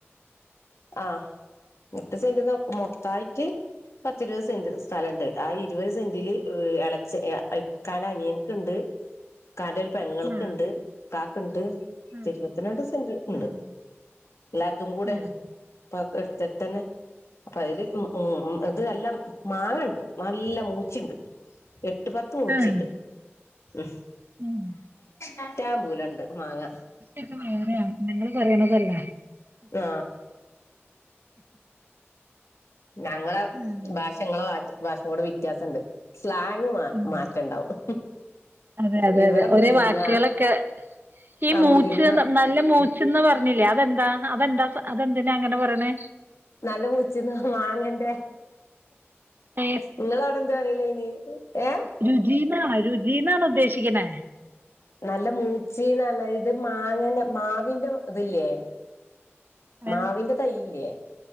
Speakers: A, on the left (about 85°); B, on the right (about 45°).
A: ആ എട്ട് സെന്റിന്ന് മൊത്തായിട്ട്. പത്തിരുപത് സെന്റ് സ്ഥലംഇണ്ട് ആ ഇരുപത് സെന്റില് എളച്ച ഇക്കാന്റെ അനിയൻക്കിണ്ട്.
B: <inaudible>
A: ഇക്കാന്റൊരു പെങ്ങൾക്ക്ണ്ട്
B: ആഹ്
A: ഇക്കാക്ക്ണ്ട്
B: ആഹ്
A: ഇരുപത്തിരണ്ട് സെന്റ് ഇണ്ട്.
B: ആഹ്
A: എല്ലാര്തും കൂടേണ്
B: ആഹ്
A: അതൊക്കെടുത്തടുത്തന്നെ. ഇപ്പയില് ഉം ഇത് നല്ല മാങ്ങണ്ട് നല്ല മൂച്ചിണ്ട് എ എട്ട് പത്ത് മൂച്ചി്ണ്ട്
B: ആഹ്
A: ഉം
B: ആഹ്
A: പറ്റാമ്പൂലണ്ട് മാങ്ങ.
B: ഇത് വേറെയാ ഞങ്ങള് പറയ്ണതോല്ല.
A: ആ ഞങ്ങളെ
B: ആഹ്
A: ഭാഷ ഇങ്ങളെ ഭാഷേ കൂടെ വ്യത്യാസണ്ട്. സ്ലാങ് മാ
B: ഉണ്ട്.
A: മാറ്റണ്ടാവും.
B: അതെ അതെ
A: ഇവിടെ
B: അതെ ഒരേ
A: മുരിങ്ങ
B: വാക്കുകളൊക്കെ ഈ
A: ആ
B: മൂച്ച്ന്നർഞ
A: മുരിങ്ങ
B: അല്ല മൂച്ചിന്ന് പറഞ്ഞില്ലേ അതെന്താ അതെന്താ അതെന്തിനാ അങ്ങനെ പറയണേ?
A: നല്ല മുച്ചീന്ന മാങ്ങന്റെ.
B: ടേസ്
A: ഇങ്ങളവടെ എന്ത പറയലയ്ന് ഏ
B: രുചീന്നാ രുചീന്നാണോ ഉദ്ദേശിക്കണേ?
A: നല്ല മൂച്ചിന്നറെഞ്ഞ ഇത് മാങ്ങന്റെ മാവിന്റെ ഇതില്ലേ.
B: ഏഹ്
A: മാവിന്റെ തയ്യില്ലേ